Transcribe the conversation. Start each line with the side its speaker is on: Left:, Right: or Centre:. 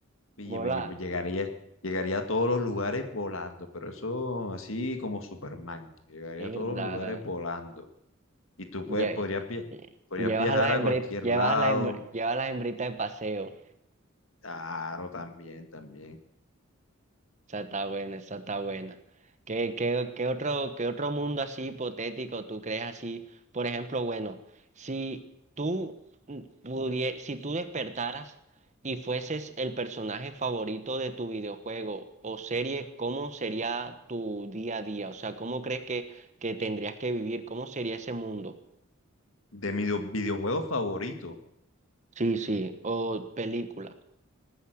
Left: Y
Right: Hola,
Left: y- y pues, llegaría, llegaría a todos los lugares volando, pero eso así como Superman, que llegaría
Right: mierda.
Left: a todos los lugares volando. Y tú puedes,
Right: Lle-
Left: podrías, via- podrías
Right: Llevas
Left: viajar
Right: a las
Left: a
Right: hembritas,
Left: cualquier
Right: llevas
Left: lado.
Right: a las hembre- llevas a las hembritas de paseo.
Left: Claro, también, también.
Right: Esa está buena, esa está buena. ¿Qué, qué, qué otro, qué otro mundo así hipotético tú crees así? Por ejemplo, bueno, si tú pudie- si tú despertaras y fueses el personaje favorito de tu videojuego o serie, ¿cómo sería tu día a día? O sea, ¿cómo crees que, que tendrías que vivir? ¿Cómo sería ese mundo?
Left: De mi do- videojuego favorito.
Right: Sí, sí, o película.